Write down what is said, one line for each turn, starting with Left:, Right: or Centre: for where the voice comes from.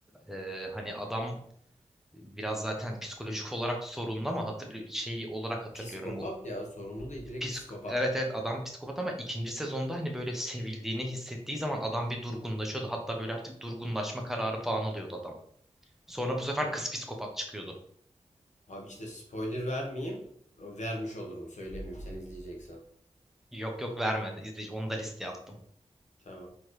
Centre: e, hani adam biraz zaten psikolojik olarak sorunlu ama hatırlı şeyi olarak hatırlıyorum
Left: Psikopat
Centre: bu
Left: ya sorunlu değil direkt
Centre: psik
Left: psikopat.
Centre: evet evet adam psikopat ama ikinci sezonda hani böyle sevildiğini hissettiği zaman adam bir durgunlaşıyordu. Hatta böyle artık durgunlaşma kararı falan alıyordu adam. Sonra bu sefer
Left: Abi,
Centre: kız psikopat çıkıyordu.
Left: abi işte spoiler vermeyeyim. Vermiş olurum söylemeyeyim sen izleyeceksen.
Centre: Yok yok verme. İzle, onu da listeye attım.
Left: Tamam.